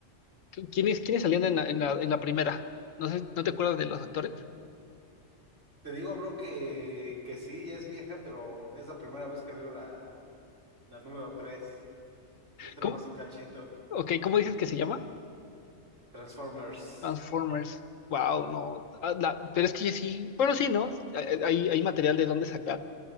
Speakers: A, on the left; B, on the right.
A: ¿Qui- ¿Quiénes, quiénes salían en la, en la, en la primera? No sé, ¿no te acuerdas de los actores?
B: Te digo, bro, que, que sí, ya es vieja, pero es la primera vez que veo la, la número tres Y eso
A: ¿Cómo?
B: nomás un cachito.
A: Ok, ¿cómo dices que se llama?
B: Transformers.
A: Transformers. Wow, no. Ah, la- pero es que sí. Bueno, sí, ¿no? hay hay material de dónde sacar.